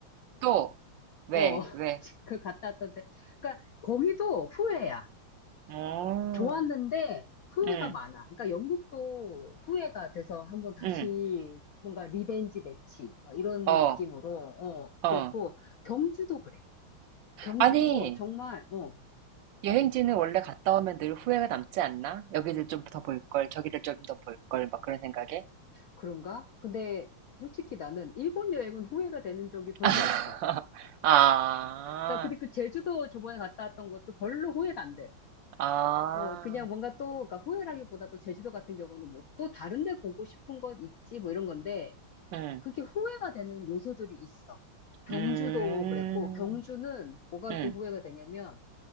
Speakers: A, on the right (about 70°); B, on the left (about 70°).
A: 또, 왜,
B: 어, <laughs>
A: 왜?
B: 그 갔다 왔던데. 그러니까 거기도 후회야.
A: 어,
B: 좋았는데 후회가
A: 음,
B: 많아. 그러니까 영국도 후회가 돼서 한번 다시
A: 음.
B: 뭔가 리벤지 매치 어, 이런
A: 어,
B: 느낌으로 어
A: 어.
B: 그렇고 경주도 그래. 경주도
A: 아니,
B: 정말 어
A: 여행지는 원래 갔다 오면 늘 후회가 남지 않나? 여기를 좀 더 볼 걸, 저기를 좀 더 볼 걸, 막 그런 생각에.
B: 그런가? 근데 솔직히 나는 일본 여행은 후회가 되는 적이
A: <laughs>
B: 별로 없어.
A: 아,
B: 나 근데 그 제주도 저번에 갔다 왔던 것도 별로 후회가 안 돼.
A: 아,
B: 어, 그냥 뭔가 또, 그러니까 후회라기보다도 제주도 같은 경우는 뭐 또 다른 데 보고 싶은 것 있지 뭐 이런 건데,
A: 음,
B: 그게 렇 후회가 되는 요소들이 있어. 경주도
A: 음,
B: 그랬고, 경주는 뭐가 그렇게
A: 음,
B: 후회가 되냐면,